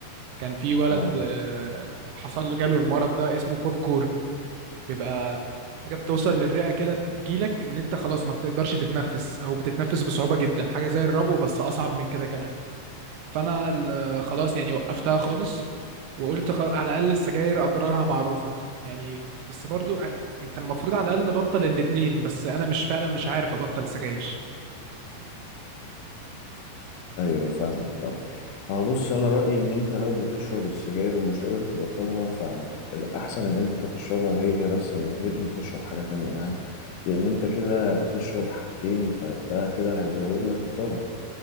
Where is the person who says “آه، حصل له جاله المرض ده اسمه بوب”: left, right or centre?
Right